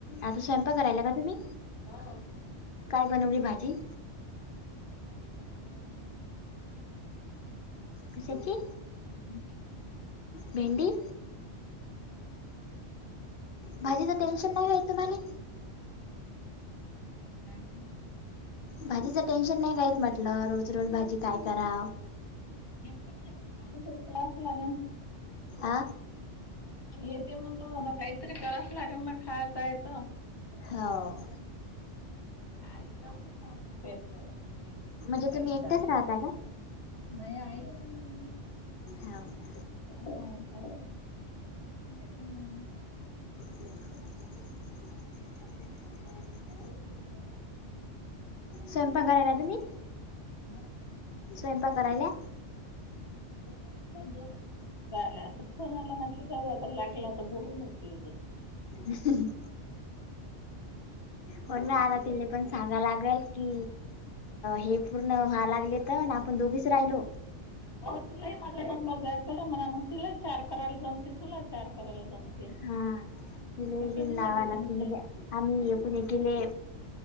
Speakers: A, on the left; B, on the left.
A: आता स्वयंपाक करायला का तुम्ही
B: हो
A: काय बनवली भाजी?
B: भाजी बनवली म्हणून
A: कशाची
B: भेंडी
A: भेंडी भाजीचं टेन्शन नाही काय तुम्हाले?
B: काय ते?
A: भाजीचं टेन्शन नाही घ्यात म्हटलं रोज रोज भाजी काय करा?
B: <unintelligible> क्लास लागणं
A: आं
B: येते मग मला काहीतरी कराचं लागन ना खाया प्यायचं
A: हाव
B: <unintelligible>
A: म्हणजे तुम्ही एकटेच राहता का
B: नाही आई आहे माझी
A: हो का
B: <unintelligible>
A: <unintelligible>
B: <unintelligible>
A: स्वयंपाक कराला तूम्ही?
B: हा
A: स्वयंपाक करायला?
B: स्वयंपाक झाला दोनच झालं आता फोन आला म्हटलं जावा तर लागेल आता बोलूनच घेऊ दे
A: हम्म हो
B: नंतर
A: ना आता तिले
B: करतो
A: पण सांगाव लागल की हे पूर्ण व्हा लागले तर ना आपण दोघीच राहिलो
B: हो तिलाही माझा नंबर द्या कर म्हणा मग तिला चार करायला जमते तुला चार करायला जमते
A: हा तिले
B: तसे
A: बिन
B: होऊन
A: नावा
B: जाते
A: लागते
B: तुमचे
A: म्हणजे आम्ही एकेमेकीले